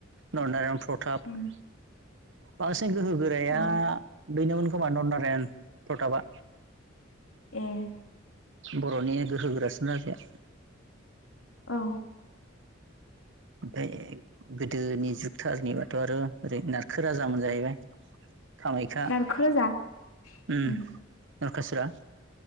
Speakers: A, on the right (about 65°); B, on the left (about 85°).
A: नरनारायन फुं प्रथाब
B: उम
A: बांसिन गोहो गोराया
B: औ
A: बेनोमोन खोमा नरनारायण प्रताबा
B: एह
A: बर'नि गोहोगोरासिन राजाया
B: औ
A: ओमफ्राय गोदोनि जुगथारनिबाथ' आरो ओरै नारखो राज मोन जाहैबाय कामाख्या
B: नारखो
A: उम
B: रोजा
A: नरखासुरा
B: उम